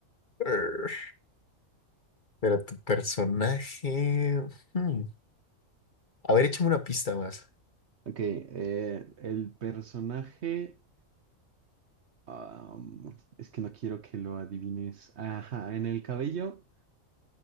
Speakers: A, on the left; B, on the right.
A: Err, Pero tu personaje. hmm, A ver, échame una pista más.
B: Ok, eh, el personaje, am, es que no quiero que lo adivines. Ajá, en el cabello